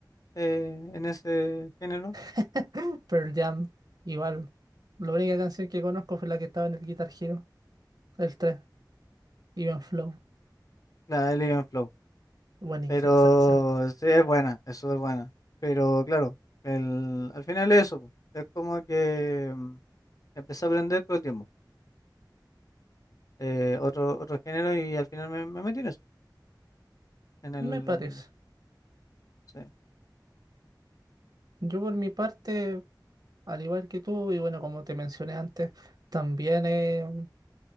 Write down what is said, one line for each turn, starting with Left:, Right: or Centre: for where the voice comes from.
Left: eh, en ese género.
Right: <laughs> Pearl Jam, igual. La única canción que conozco fue la que estaba en el Guitar Hero, el 3 Even Flow.
Left: La de Elegant Flow.
Right: Buenísima
Left: Pero
Right: esa canción.
Left: sí, es buena, es súper buena. Pero claro, el, al final es eso, po. es como que mm, empecé a aprender con el tiempo, eh, otro, otro género y al final me, me metí en eso, en el...
Right: Me parece.
Left: Sí,
Right: Yo por mi parte, al igual que tú, y bueno, como te mencioné antes, también eh,